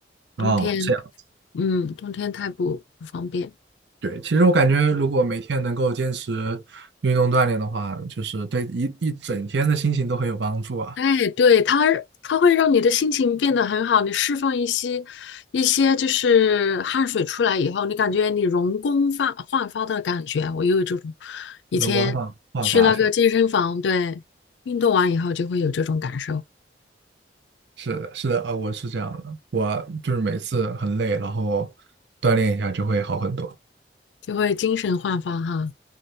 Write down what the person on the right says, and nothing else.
哦，
这样。
对，其实我感觉，如果每天能够坚持运动锻炼的话，就是对一一整天的心情都很有帮助啊。
容光焕焕发是吧？
是的，是的，呃，我是这样的，我就是每次很累，然后锻炼一下就会好很多，